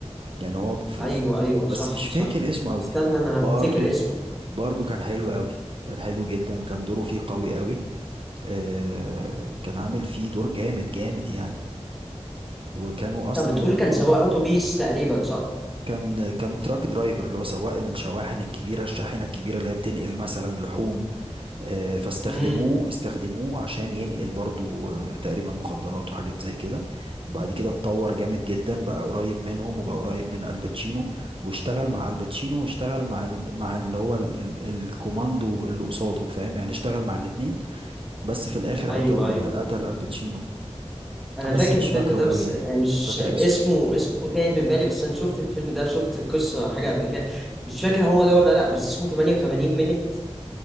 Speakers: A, on the right (about 50°); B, in the centre.
A: يعني هو في...
B: أيوه
A: في...
B: أيوه صح
A: بس مش فاكر
B: صح
A: اسمه قوي
B: استنى أنا
A: برضو
B: هفتكر اسمه
A: برضو كان حلو قوي كان حلو جدا كان دوره فيه قوي قوي آه كان عامل فيه دور جامد جامد يعني وكانوا اصلا
B: طب بتقول
A: مج...
B: كان سواق أتوبيس تقريبا صح؟
A: كان كان تراك درايفر اللي هو سواق الشواحن الكبيره الشاحنه الكبيره اللي هي بتنقل مثلا لحوم آه، فاستخدموه
B: امم
A: استخدموه عشان ينقل برضو آه، تقريبا مخدرات وحاجات زي كده وبعد كده اتطور جامد جدا بقى قريب منهم وبقى قريب من الباتشينو واشتغل مع الباتشينو واشتغل مع ال... مع اللي هو ال... ال... الكوماندو اللي قصاده فاهم يعني اشتغل مع الاتنين بس في الاخر
B: ايوه
A: قتل
B: ايوه
A: قتل الباتشينو
B: انا
A: بس
B: فاكر
A: مش
B: الفيلم
A: فاكره
B: ده
A: قوي
B: بس آه، مش
A: مش فاكر اسمه
B: اسمه اسمه تايه من بالي بس انا شفت الفيلم ده شفت القصه حاجه قبل كده مش فاكر هو ده ولا لا بس اسمه 88 مينت